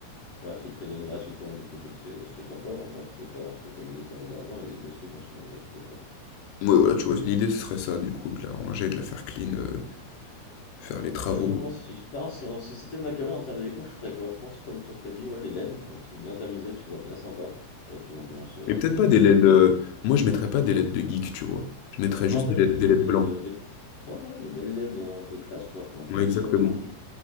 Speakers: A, on the left (about 50°); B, on the left (about 80°).
A: Ouais, ils te le donnent gratuitement, du coup, donc c'est c'est sympa, hein. Ouais, tu peux faire, tu peux économiser pas mal d'argent, il y a des beaux trucs, hein, souvent, des, des fois.
B: Ouais, voilà, tu vois? L'idée ce serait ça du coup, de la ranger, de la faire clean, heu, faire les travaux.
A: Bah, tu vois, moi, si je pars, si, si c'était ma cabane en termes déco, je ferais quoi? Je pense, comme toi, t'as dit, ouais, des LED, un truc bien tamisé, tu vois, bien sympa, avec une ambiance, euh,
B: Mais peut-être
A: une ambiance
B: pas des LED,
A: assez cool.
B: heu, moi je mettrais pas des LED de geek, tu vois? Je mettrais
A: Non,
B: juste
A: pas
B: des
A: des LED
B: LED
A: de geek,
B: des LED
A: des
B: blancs.
A: LED. euh, Des... Ouais, voilà, des belles LED un peu classe, tu vois, enfin, un peu
B: Ouais,
A: sobre,
B: exactement.
A: tranquille.